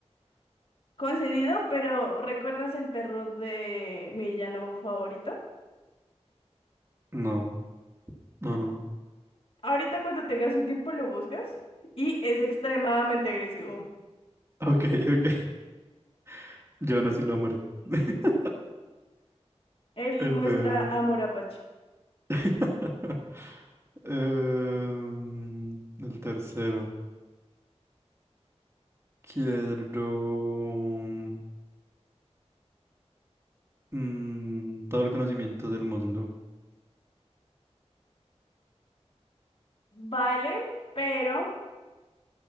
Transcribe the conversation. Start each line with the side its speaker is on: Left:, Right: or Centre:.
Left: concedido, pero ¿recuerdas el perro de mi villano favorito?
Right: No, no, no.
Left: Ahorita cuando tengas un tiempo lo buscas y es extremadamente agresivo.
Right: Ok, ok. <laughs> Yo aún así lo amaré. <laughs>
Left: Él
Right: A ver.
Left: muestra amor apache.
Right: <laughs> Em, el tercero. Quiero mm, mm, todo el conocimiento del mundo.
Left: Vale, pero